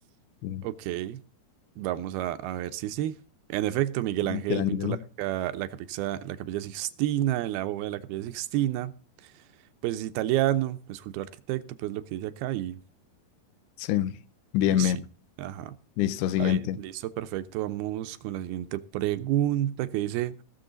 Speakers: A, on the left; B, on the right.
A: Sí,
B: Ok. Vamos a, a ver si sí. En efecto, Miguel
A: Michelangelo.
B: Ángel pintó la, ca- la, capilla, la Capilla Sixtina, la bóveda de la Capilla Sixtina. Pues es italiano, escultor arquitecto, pues lo que dice acá y,
A: Sí. Bien,
B: y sí.
A: bien.
B: Ajá.
A: Listo, siguiente.
B: Está bien, listo, perfecto. Vamos con la siguiente pregunta que dice,